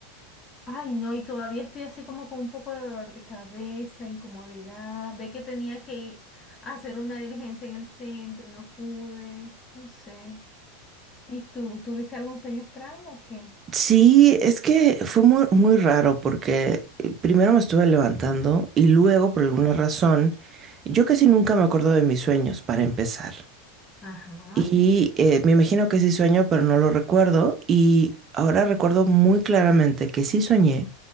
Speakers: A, on the left; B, on the right.
A: ay no, y todavía estoy así como con un poco de dolor de cabeza, incomodidad, ve que tenía que hacer una diligencia en el centro, no pude, no sé. ¿Y tú, tuviste algún sueño extraño o qué?
B: Sí, es que fue muy, muy raro porque eh, primero me estuve levantando y luego por alguna razón, yo casi nunca me acuerdo de mis sueños para empezar.
A: Ajá.
B: Y eh, me imagino que sí sueño, pero no lo recuerdo. Y ahora recuerdo muy claramente que sí soñé